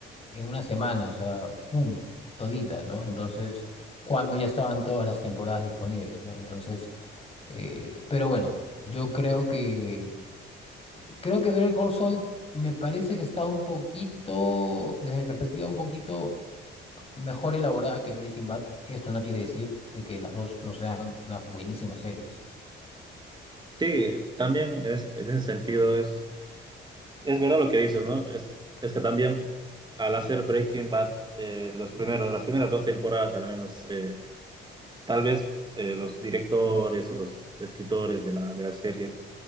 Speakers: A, on the left; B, on the right.
A: en una semana, o sea, ¡fum! todita, ¿no? Entonces, cuando ya estaban todas las temporadas disponibles, ¿no? Entonces, eh, pero bueno, yo creo que, creo que Better Call Saul me parece que está un poquito, desde mi perspectiva, un poquito mejor elaborada que Breaking Bad. Esto no quiere decir de que las dos no sean unas buenísimas series.
B: Sí, también es, en ese sentido es, es verdad lo que dices, ¿no? Es, es que también al hacer Breaking Bad, eh, los primeros, las primeras dos temporadas al menos, eh, tal vez eh, los directores o los escritores de la, de la serie